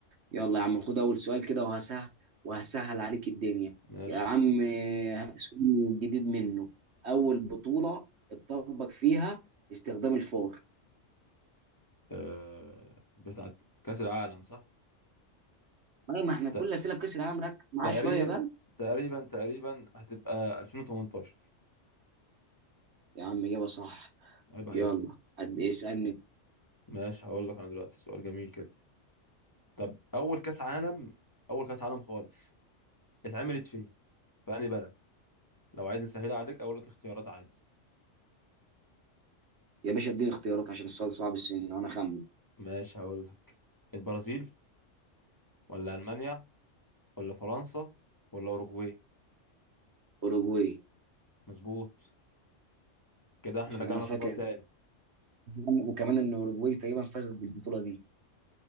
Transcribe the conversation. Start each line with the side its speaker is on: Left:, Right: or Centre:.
Right: يلا يا عم خد اول سؤال كده وهسهل وهسهل عليك الدنيا
Left: ماشي
Right: يا عم آه، سؤال جديد منه اول بطوله اتطبق فيها استخدام الفار
Left: أه... بتاعت كأس العالم صح؟
Right: اي ما احنا كل
Left: ت...
Right: اسئله في كاس العالم ركز معاه
Left: تقريبا
Right: شويه بقى
Left: تقريبا تقريبا هتبقى 2018
Right: يا عم اجابه صح
Left: عيب عليك
Right: يلا قد اسالني
Left: ماشي هقول لك أنا دلوقتي سؤال جميل كده طب اول كاس عالم اول كاس عالم خالص اتعملت فين في انهي بلد لو عايز نسهلها عليك اقول لك اختيارات عادي
Right: يا باشا اديني اختيارات عشان السؤال صعب السن وانا خمن
Left: ماشي هقول لك البرازيل ولا المانيا ولا فرنسا ولا اوروجواي
Right: اوروجواي
Left: مظبوط كده احنا
Right: عشان
Left: رجعنا
Right: انا فاكر
Left: اصفار تاني
Right: وكمان ان اوروجواي تقريبا فازت بالبطوله دي